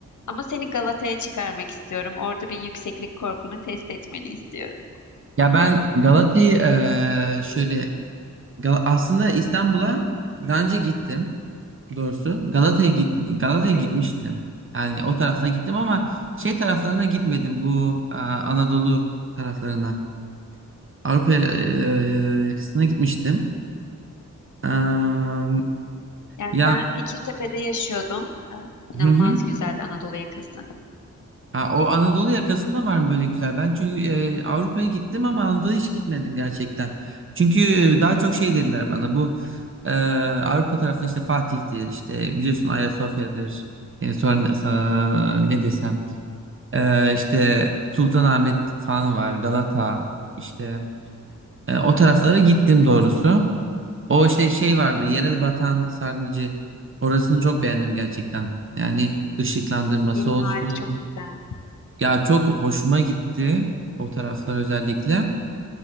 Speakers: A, on the left; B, on the right.
A: Ama seni Galata'ya çıkarmak istiyorum. Orada bir yükseklik korkunu test etmeni istiyorum.
B: Ya ben Galata'yı e, şöyle Gal- aslında İstanbul'a daha önce gittim. Doğrusu Galata'ya git Galata'ya
A: Evet.
B: gitmiştim. Yani o tarafta gittim ama şey taraflarına gitmedim. Bu e, Anadolu taraflarına. Avrupa e, yakasına gitmiştim. Eee,
A: Yani
B: ya
A: ben Fikirtepe'de yaşıyordum. Ee, İnanılmaz
B: hı hı.
A: güzel Anadolu yakası.
B: Ha, o Anadolu yakasında var mı böyle güzel? Ben çünkü e, Avrupa'ya gittim ama Anadolu'ya hiç gitmedim gerçekten. Çünkü e, daha çok şey dediler bana bu e, Avrupa tarafında işte Fatih'tir işte biliyorsun Ayasofya'dır. E, sonra e, ne desem e, işte Sultanahmet falan var Galata işte E, o taraflara gittim doğrusu. O işte şey vardı
A: Evet.
B: yere batan sarnıcı orasını çok beğendim gerçekten. Yani ışıklandırması
A: Yeni
B: olsun.
A: hali çok güzel.
B: Ya çok hoşuma gitti o taraflar özellikle.